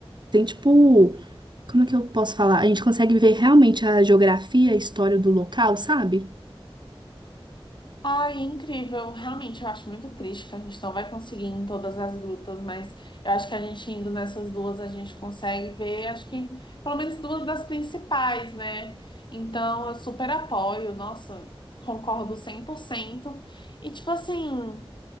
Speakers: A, on the right; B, on the left.
A: tem, tipo, como é que eu posso falar? A gente consegue ver realmente a geografia, a história do local, sabe?
B: Ai, incrível. Realmente, eu acho muito triste que a gente não vai conseguir ir em todas as grutas, mas eu acho que a gente indo nessas duas, a gente consegue ver, acho que pelo menos duas das principais, né? Então, eu super apoio, nossa, concordo 100%. E, tipo assim.